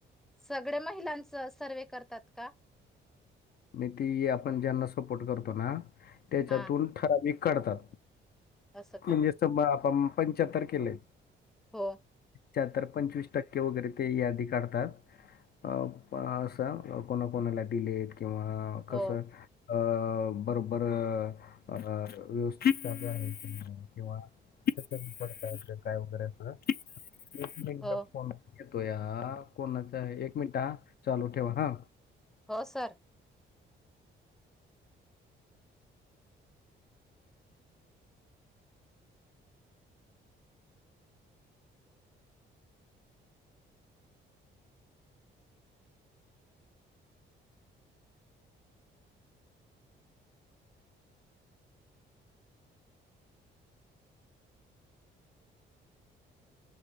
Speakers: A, in the centre; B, on the left.
A: सगळ्या महिलांचं सर्वे करतात का?
B: म ते आपण ज्यांना सपोर्ट करतो ना त्याच्यातून
A: हा
B: ठराविक कारतात
A: असं का
B: म्हणजे सम आपण पंचाहत्तर केले.
A: हो
B: च्यातर पंचवीस टक्के वगैरे ते यादी काढतात. अ ब असं कोणा कोणाला दिलेत किंवा कसं.
A: हो
B: अ बरोबर अ व्यवस्थित आहे किंवा. कुट कमी पडताय की काय वगैरे अस एक मिंट
A: हो
B: फोन येतो या कोणाचा आहे एक मिनिट ह चालू ठेवा हा.
A: हो सर